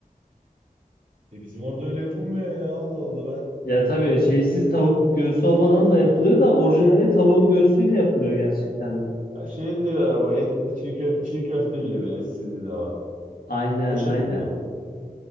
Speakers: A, on the right; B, on the left.
A: E bizim orada öyle yapılmıyor ya. Allah Allah ben.
B: Ya tabii şeysiz tavuk göğsü olmadan da yapılıyor da orijinali tavuğun göğsüyle yapılıyor gerçekten de.
A: Ha şey diyor ya, bu etli çiğ, kö- çiğ köfte gibi etsizliği de var.
B: Aynen
A: O şekilde
B: aynen.
A: mi?